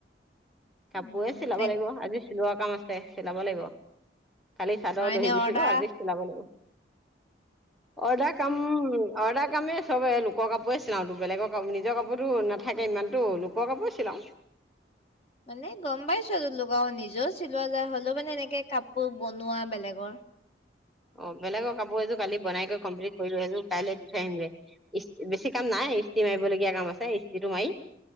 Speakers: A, in the centre; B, on the left (about 35°).
A: কাপোএ
B: উম
A: চিলাব
B: এ
A: লাগিব আজি। চিলোৱা কাম আছে। চিলাব লাগিব। কালি চাদৰ
B: অ এনে
A: দহি গুঠিলোঁ।
B: অৰ্ডাৰ
A: আজি চিলাব লাগিব। অৰ্ডাৰ কাম অৰ্ডাৰ কামেই চব এই লোকৰ কাপোৰে চিলাওঁতো বেলেগৰ কাপো- নিজৰ কাপোৰটো নাথাকে ইমানটো! লোকৰ কাপোৰেই চিলাওঁ।
B: মানে গম পাইছোঁ লগাওঁ। নিজেও চিলোৱা যায়, হলেও মানে এনেকে কাপোৰ বনোৱা বেলেগৰ।
A: অ' বেলেগৰ কাপোৰ এযোৰ কালি বনাই গৈ কমপ্লিট কৰিলোঁ। সেইযোৰ কাইলৈ দি থৈ আহিমগে। ইস- বেছি কাম নাই, ইস্ত্ৰি মাৰিবলগীয়া কাম আছে। ইস্ত্ৰিটো মাৰি